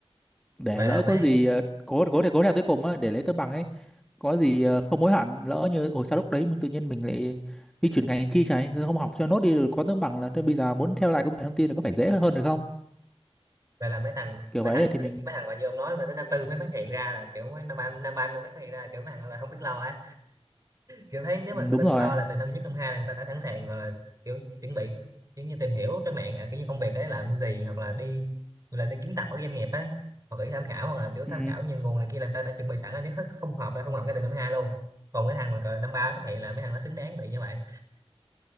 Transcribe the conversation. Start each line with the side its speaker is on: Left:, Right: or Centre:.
Centre: để
Right: vậy
Centre: lỡ
Right: là mấy
Centre: có gì ờ, cố cố để cố theo tới cùng á để lấy tấm bằng ấy có gì ờ, không hối hận lỡ như ồ sao lúc đấy mình tự nhiên mình lại đi chuyển ngành chi chảy không học cho nốt đi rồi có tấm bằng là thế bây giờ muốn theo lại công nghệ thông tin thì có phải dễ hơn được không
Right: vậy là mấy thằng
Centre: kiểu
Right: mấy
Centre: vậy
Right: thằng
Centre: ấy, thì
Right: ấy,
Centre: mình
Right: mấy thằng mà như ông nói mà tới năm tư mới phát hiện ra là kiểu mấy năm ba năm ba mới phát hiện ra là kiểu mấy thằng là không biết lo ấy kiểu thấy nếu
Centre: ừ,
Right: mà người
Centre: đúng
Right: ta biết
Centre: rồi
Right: lo là từ năm nhất năm hai là người ta đã sẵn sàng gọi là kiểu chuẩn bị kiểu như tìm hiểu trên mạng à, kiểu như công việc đấy làm gì hoặc là đi hoặc là đi kiến tập ở doanh nghiệp ấy hoặc là đi tham khảo hoặc là kiểu tham
Centre: ừ,
Right: khảo nhiều nguồn này kia là người ta đã chuẩn bị sẵn rồi nếu hết không hợp là không hợp ngay từ năm hai luôn còn mấy thằng mà gọi là năm ba phát hiện là mấy thằng nó xứng đáng bị như vậy